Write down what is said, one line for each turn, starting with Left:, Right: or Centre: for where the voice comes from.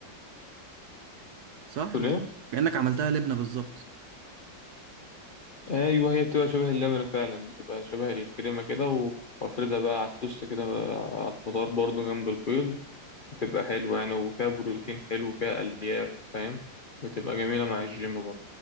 Right: صح
Left: وقول
Right: كانك عملتها لبنه بالظبط
Left: ايوه هي بتبقى شبه اللبنة فعلا بتبقى شبه الكريمة كده و- وافردها بقى على التوست كده على الفطار برضو جنب البيض بتبقى حلوة يعني وفيها بروتين حلو وفيها ألياف فاهم بتبقى جميلة مع الجيم برضو